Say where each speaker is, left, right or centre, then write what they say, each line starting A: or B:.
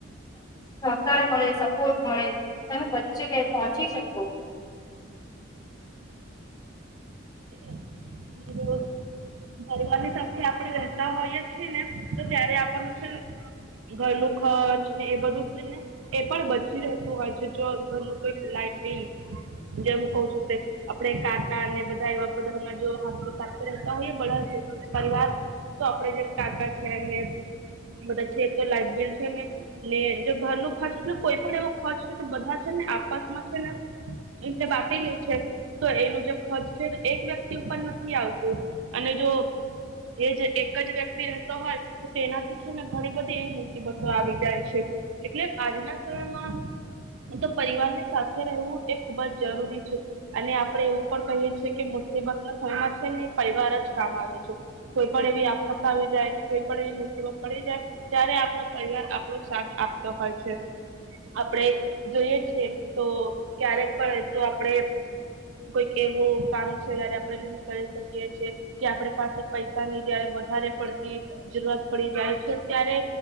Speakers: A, on the left; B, on the right.
A: સહકાર મળે સપોર્ટ મળે તમે બધી જગ્યાએ પહોંચી શકો
B: <unintelligible> પરિવારની તરથી આપણે રતા હોઈએ છીએ ને તો ત્યારે આપણ છે ઘરનું ખર્ચ ને એ બધું છે ને પણ બચી રહેતું હોય છે જો ઘરનું કઈક લાાઈટ બિલ જેમ કવુ છુ આપણે કાંટા અને બધા એવા બધા જો હિરકી સાથે રહેતા હોય બળ પરિવાર તો આપડે જે કાંકા છે ને બધા છે તો લાઈફ બિલ છે ને ને જો ઘર ન ખર્ચ એ કોઈ પણ એવો ખર્ચ કે તો બધા છે ને આપાસમાં છે ને. એટલે બાકી લે છે. તો એનું જે ખર્ચ છે એક વ્યક્તિ ઉપર નથી આવતું અને જો એ જ એક જ વ્યક્તિ રહેતો હોય. તો તેનાથી છે ને ઘણી બધી એવી મુતિબતો આવી જાય છે. એટલે આજના સમયમા તો પરિવારની સાથે રહેવું એ ખુબ જ જરૂરી છે. અને આપડે એવું પણ કહીએ છીએ કે મુસીબત ના સ્યમાં છે ને પરિવાર જ કામ આવે છે. કોઈ પણ એવી આપફત આવી જાય કે કોઈ પણ એવી મુરસીબો પડી જાય. ત્યારે આપણો પરિવાર આપણો સાથ આપતો હોય છે. આપણે જોઈએ છીએતો ક્યારેક પણજો આપણેે કોઈક એવું કામ છે જયારે આપણે ન કરી શકીએ છે. કે આપડ પાસે પૈસાની જયારે વધારે પડતી જરૂરત પડી જાય છે ત્યારે